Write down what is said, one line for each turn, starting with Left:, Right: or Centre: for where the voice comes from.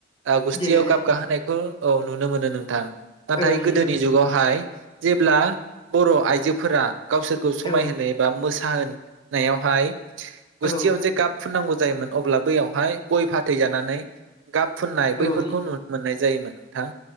Right: आ गुसथियाव
Left: देलायनाय
Right: गाहोनायखौ औ नुनो मोनो नोंथां। नाथाय
Left: ओं
Right: गोदोनि
Left: ओं
Right: जुगावहाय जेब्ला बर' आइजोफोरा गावसोरखौ समाय
Left: औ
Right: होनो एबा मोसा साहोनायावहाय गुस्थियाव
Left: औ
Right: जे गाब फुननांगौ जायोमोन अब्ला बैयावहाय गइ फाथै जानानै गाब फुननाय बैफोरखौ
Left: औ ओं
Right: नुनो मोननाय जायोमोन नोंथां।